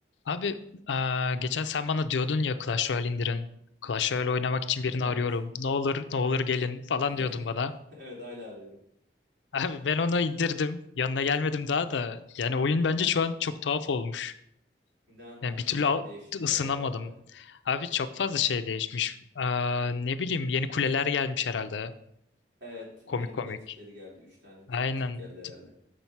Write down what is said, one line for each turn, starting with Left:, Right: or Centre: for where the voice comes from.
Left: Abi eee, geçen sen bana diyordun ya Clash Royale indirin. Clash
Right: Hı hı.
Left: Royale oynamak için birini
Right: Evet.
Left: arıyorum. Ne olur ne olur gelin
Right: <laughs>
Left: falan diyordun bana.
Right: Evet hala arıyorum.
Left: <laughs> Abi ben onu indirdim. Yanına gelmedim daha da. Yani oyun bence şu an çok tuhaf olmuş.
Right: Ne anlamda?
Left: Yani bir türlü
Right: Çünkü
Left: al-
Right: değişiklikler
Left: ısınamadım.
Right: var evet baya.
Left: Abi çok fazla şey değişmiş. Eee, ne bileyim yeni kuleler gelmiş herhalde.
Right: Evet
Left: Komik
Right: yeni
Left: komik.
Right: kule tipleri geldi. Üç tane tü-
Left: Aynen.
Right: tip geldi herhalde.